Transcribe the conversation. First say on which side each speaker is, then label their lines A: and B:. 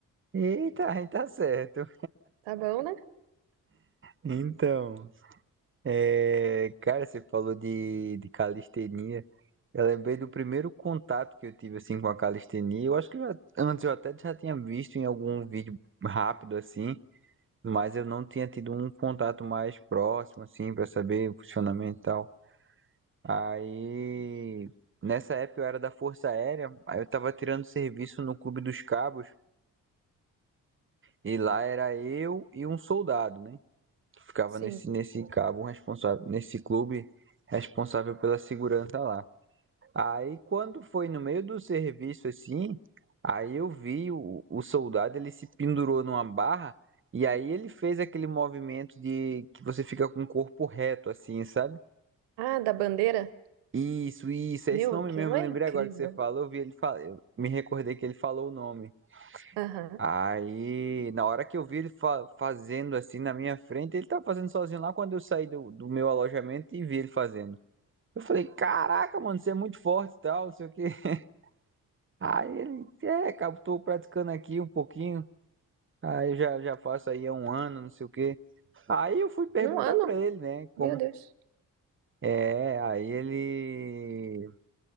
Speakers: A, on the right; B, on the right.
A: Eita, aí tá certo.
B: Tá bom, né?
A: Então, é, cara, você falou de, de calistenia. Eu lembrei do primeiro contato que eu tive assim com a calistenia. Eu acho que já- antes eu até já tinha visto em algum vídeo rápido assim, mas eu não tinha tido um contato mais próximo assim pra saber o funcionamento e tal. Aí, nessa época eu era da Força Aérea, aí eu tava tirando serviço no Clube dos Cabos e lá era eu e um soldado, né? ficava
B: Sim.
A: nesse, nesse cabo um responsável, nesse clube responsável pela segurança lá. Aí quando foi no meio do serviço assim, aí eu vi o, o soldado, ele se pendurou numa barra e aí ele fez aquele movimento de que você fica com o corpo reto assim, sabe?
B: Ah, da bandeira?
A: Isso, isso, é
B: Meu,
A: esse nome
B: aquilo
A: mesmo, eu
B: é
A: lembrei
B: incrível.
A: agora que você falou, eu vi ele falar, eu me recordei que ele falou o nome.
B: Aham.
A: Aí, na hora que eu vi ele fa- fazendo assim na minha frente, ele tava fazendo sozinho lá quando eu saí do, do meu alojamento e vi ele fazendo. Eu falei, caraca, mano, você é muito forte e tal, não sei o quê. <laughs> Aí ele, é, cara, tô praticando aqui um pouquinho, aí eu já, já faço aí há um ano, não sei o quê. Aí eu fui perguntar
B: Num ano?
A: pra ele, né, como...
B: Meu Deus.
A: É, aí ele...